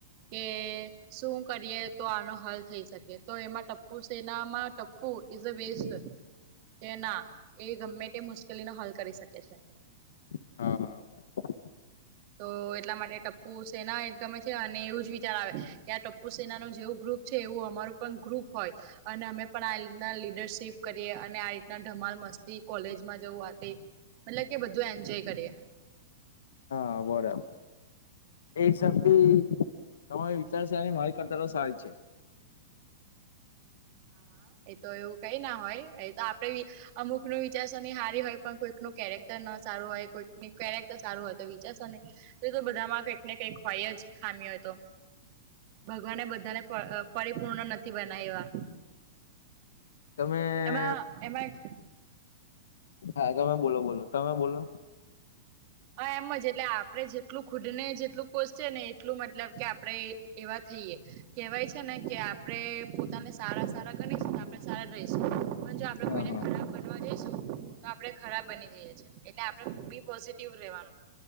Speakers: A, on the right; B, on the left.
A: કે શું કરીએ તો આનો હલ થઈ શકે તો એમાં ટપ્પુ સેનામાં Tappu is a best કે ના એ ગમે તે મુશ્કેલીનો હલ કરી શ કે છે.
B: હા. હ બરાબર.
A: <inaudible> <unintelligible> તો એટલા માટે ટપ્પુ સેના એક ગમે છે, અને એવું જ વિચાર આવે કે આ ટપ્પુ સેનાનું જેવું ગ્રુપ એવું અમારું પણ ગ્રુપ હોય અને અમે પણ આ લીતના લીડરશીપ કરીએ અને આ રીતના ધમાલ મસ્તી કોલેજમાં જવું આતે મતલબ કે બધું એન્જોય કરીએ
B: હા બરાબર. એ હિસાબથી તમારી વિચારશે અને મારી કરતા તો સારી છે.
A: હા હા એ તો એવું કઈ ના હોય એ તો આપડે અમુક નુ વિચારસરની હારી હોય પણ કોઈક નુ કેરેક્ટર ન સારું હોય કોઈકની કેરેક તો સારું હોય તો વિચારશો ને તો બધામાં કંઈક ને કઈક હોય જ ખામી હોય તો ભગવાનને બધાને પ અ પરિપૂર્ણ નથી બનાવ્યા
B: તમે
A: મા એમાંય
B: હા તમે બોલો બોલો તમે બોલો
A: હા એમ જ એટલે આપણે જેટલું ખુદને જેટલું કોશીએ ને એટલું મતલબ કે આપણે એવા થઈએ કેહેવાય છે, ને કે આપણે પોતાને સારા સારા ગણીશુંને આપણે સારા રેસુ પણ જો આપડે
B: હા
A: કોઈને
B: હા
A: ખરાબ બનવા જઈશું તો આપડે ખરાબ બની જઈએ છે, એટલે આપ બી પો રેવાનું.